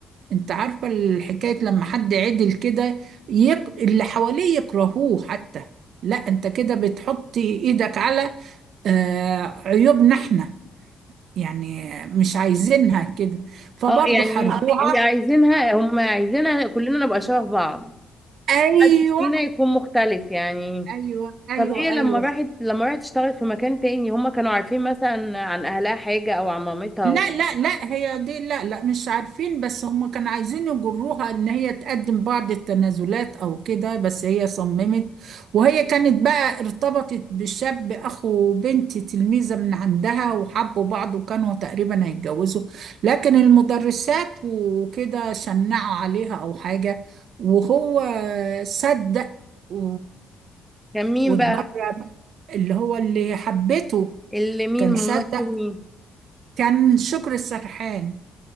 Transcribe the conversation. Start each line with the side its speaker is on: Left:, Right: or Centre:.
Right: انت عارفه الحكايه لما حد عدل كده يك... اللي حواليه يكرهوه حتى لا انت كده بتحطي ايدك على آه عيوبنا احنا يعني مش عايزينها كده فبرضه
Centre: اه يعني
Right: حاربوها
Centre: اللي عايزينها هم عايزينها كلنا نبقى شبه بعض
Right: ايوه
Centre: محدش فينا يكون مختلف يعني
Right: ايوه ايوه
Centre: طب هي لما
Right: ايوه
Centre: راحت لما راحت تشتغل في مكان تاني هم كانوا عارفين مثلا عن اهلها حاجة او عن مامتها
Right: لا لا لا هي دي لا لا مش عارفين بس هم كانوا عايزين يجروها ان هي تقدم بعض التنازلات او كده بس هي صممت وهي كانت بقى ارتبطت بشاب اخو بنت تلميذة من عندها وحبوا بعض وكانوا تقريبا هيتجوزوا لكن المدرسات وكده شنعوا عليها او حاجة وهو صدق و...
Centre: كان مين
Right: واتبرع
Centre: بقى؟
Right: اللي هو اللي حبته
Centre: اللي مين
Right: كان
Centre: ممثل
Right: صدق
Centre: مين؟
Right: كان شكر السرحان